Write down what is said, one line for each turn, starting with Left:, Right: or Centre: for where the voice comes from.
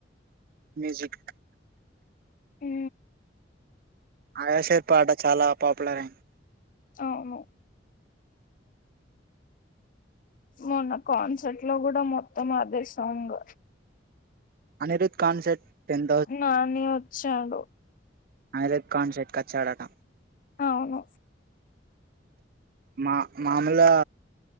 Right: మ్యూజిక్
Left: ఉ
Right: ఆయాషర్ పాట చాలా పాపులర్ అయింది
Left: అవును మొన్న కాన్సర్ట్ లో కూడా మొత్తం అదే song
Right: Anirudh concert ten
Left: Nani వచ్చాడు
Right: అనేధర్ కన్సెట్ కచ్చాడట
Left: అవును
Right: మా మామూలుగా